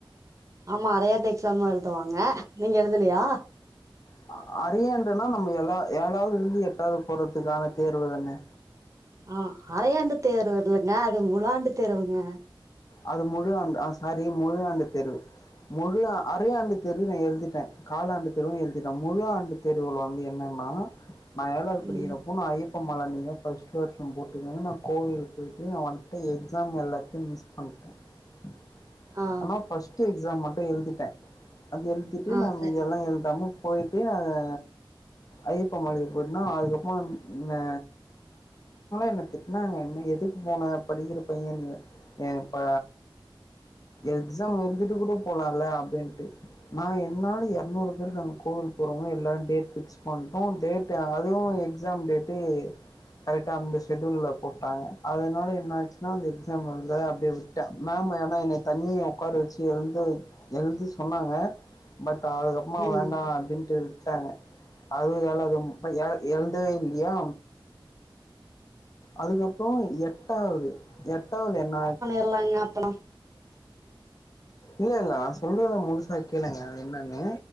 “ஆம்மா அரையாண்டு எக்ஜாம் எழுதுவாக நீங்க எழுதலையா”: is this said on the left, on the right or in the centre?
Right